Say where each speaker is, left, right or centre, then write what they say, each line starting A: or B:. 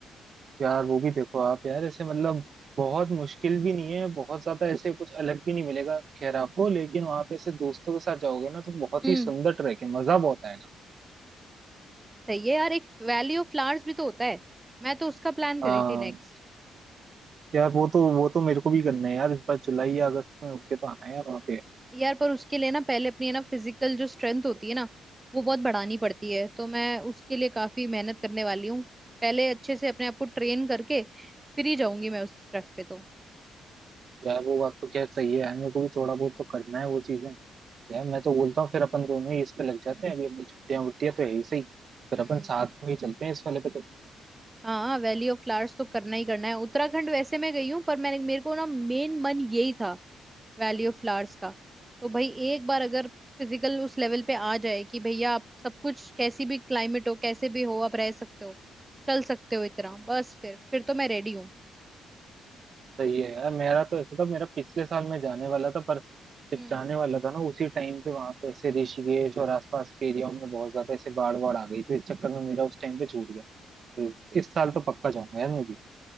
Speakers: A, on the right; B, on the right.
A: यार वो भी देखो आप यार ऐसे मतलब बहुत मुश्किल भी नहीं है बहुत ज्यादा ऐसे कुछ अलग भी नहीं मिलेगा खैर आपको लेकिन वहां पे ऐसे दोस्तों के साथ जाओगे ना तो बहुत
B: हम्म
A: ही सुंदर ट्रैक है मजा बहुत आएगा
B: सही है यार एक वैली ऑफ फ्लावर्स भी तो होता है मैं तो उसका प्लान करी
A: हाँ
B: थी नेक्स्ट
A: यार वो तो वो तो मेरे को भी करना है यार इस बार जुलाई या अगस्त में होके तो आना है यार वहाँ पे
B: यार पर उसके लिए ना पहले अपनी है ना फिजिकल जो स्ट्रेंथ होती है ना वो बहुत बढ़ानी पड़ती है तो मैं उसके लिए काफी मेहनत करने वाली हूँ पहले अच्छे से अपने आप को ट्रेन करके फिर ही जाऊंगी मैं उस ट्रैक पे तो
A: यार वो बात तो खैर सही है यार मेरे को भी थोड़ा बहुत तो करना है वो चीजें तो यार मैं तो बोलता हूँ फिर अपन दोनों ही इस पे लग जाते हैं अभी अपनी छुट्टियां वुट्टियां तो है ही सही फिर
B: हम्म
A: अपन साथ में ही चलते हैं इस वाले पे तो
B: हाँ वैली ऑफ फ्लावर्स तो करना ही करना है उत्तराखंड वैसे मैं गई हूँ पर मैंने मेरे को ना मेन मन यही था वैली ऑफ फ्लावर्स का तो भाई एक बार अगर फिजिकल उस लेवल पे आ जाए कि भैया आप सब कुछ कैसी भी क्लाइमेट हो कैसे भी हो आप रह सकते हो चल सकते हो इतना बस फिर फिर तो मैं रेडी हूँ
A: सही है यार मेरा तो ऐसा था मेरा पिछले साल में जाने वाला था पर जब
B: हम्म
A: जाने वाला था ना उसी टाइम पे वहां पे ऐसे ऋषिकेश और आसपास के एरियाओं में बहुत ज्यादा ऐसे बाढ़ वाड़ आ गई तो इस चक्कर में मेरा उस टाइम पे छूट गया तो इस इस साल तो पक्का जाऊंगा यार मैं भी